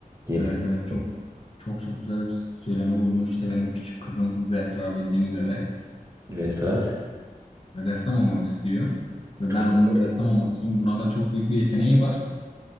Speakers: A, on the right; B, on the left.
A: diye
B: Evet
A: düşünüyorum.
B: evet çok çok çok güzel bir söylemde bulundun. İşte benim küçük kızım Zehra bildiğin üzere
A: Evet Ferhat.
B: e, ressam olmak istiyor. Ve
A: Çok
B: ben onun
A: doğru.
B: ressam olması için buna da çok büyük bir yeteneği var.